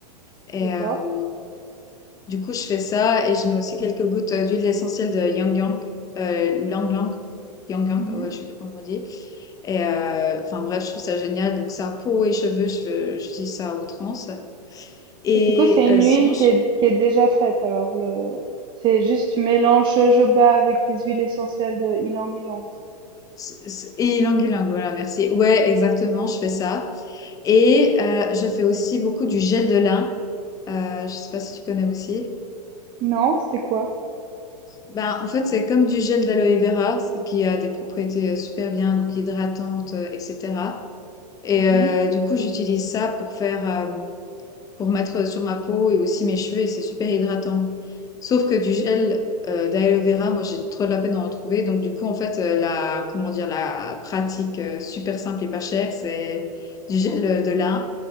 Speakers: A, on the left; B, on the right.
A: Et
B: d'accord.
A: euh, du coup, je fais ça et je mets aussi quelques gouttes euh, d'huile essentielle de Yang Yang, euh, Lang Lang, Yang Yang,
B: Mhm.
A: ouais, je sais plus comment on dit. Et euh, enfin bref, je trouve ça génial. Donc ça, peau et cheveux, je, j'utilise ça à outrance. Et
B: Et du coup, c'est une
A: euh, sinon,
B: huile qui
A: je-
B: est, qui est déjà faite. Alors, le... c'est juste tu mélanges jojoba avec les huiles essentielles de ylang ylang.
A: c- c- et ylang ylang, voilà, merci. Ouais, exactement, je fais ça. Et euh, je fais aussi beaucoup du gel de lin. Euh, je sais pas si tu connais aussi.
B: Non, c'est quoi?
A: Ben, en fait, c'est comme du gel d'aloe vera c'est- qui a des propriétés euh, super bien, donc hydratantes, euh, etc. Et
B: Mmh
A: euh,
B: mh.
A: du coup, j'utilise ça pour faire, euh, pour mettre sur ma peau et aussi mes cheveux, et c'est super hydratant. Sauf que du gel euh, d'aloe vera, moi, j'ai trop de la peine d'en retrouver. Donc, du coup, en fait, euh, la, comment dire, la pratique euh, super simple et pas chère, c'est du gel euh, de lin